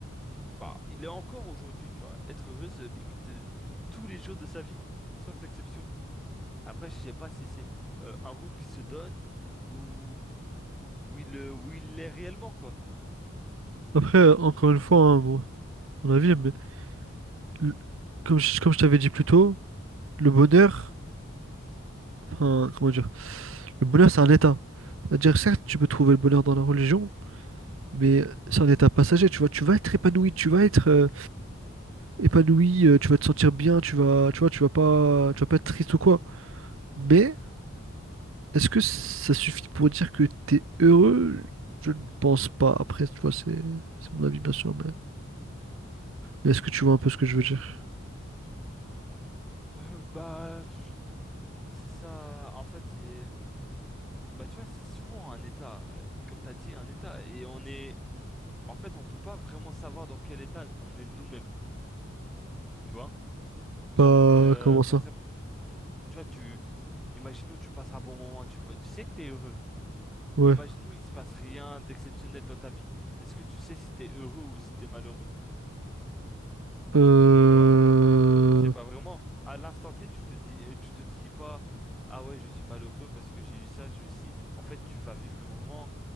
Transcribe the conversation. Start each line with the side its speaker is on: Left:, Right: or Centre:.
Centre: bah, il est encore aujourd'hui, tu vois. Être heureux, c'est limite euh, tous les jours de sa vie, sans exception. Après, je sais pas si c'est euh, un rôle qui se donne ou où il, euh, où il l'est réellement, quoi.
Right: Après, euh, encore une fois, hein, bon, mon avis, mais le- comme je, comme je t'avais dit plus tôt, le bonheur, enfin, comment dire, le bonheur, c'est un état. C'est-à-dire, certes, tu peux trouver le bonheur dans la religion, mais c'est un état passager, tu vois, tu vas être épanoui, tu vas être euh, épanoui, euh, tu vas te sentir bien, tu vas, tu vois, tu vas pas, tu vas pas être triste ou quoi. Mais, est-ce que ça suffit pour dire que t'es heureux? Je ne pense pas. Après, tu vois, c'est, c'est mon avis, bien sûr, mais mais est-ce que tu vois un peu ce que je veux dire?
Centre: Euh, bah, pff, c'est ça. En fait, c'est. Bah, tu vois, c'est souvent un état, euh, comme t'as dit, un état. Et on est. En fait, on peut pas vraiment savoir dans quel état on est nous-mêmes, tu vois. J'ai
Right: Bah,
Centre: envie de- euh,
Right: comment
Centre: par
Right: ça?
Centre: exemple, tu vois, tu. Imaginons, tu passes un bon moment, tu vois, tu sais que t'es heureux.
Right: Ouais.
Centre: Imaginons, il se passe rien d'exceptionnel dans ta vie. Est-ce que tu sais si t'es heureux ou si t'es malheureux?
Right: Euh...
Centre: Tu vois? Tu sais pas vraiment. À l'instant T, tu te dis, euh, tu te dis pas, ah ouais, je suis malheureux parce que j'ai eu ça, j'ai eu ci. En fait, tu vas vivre le moment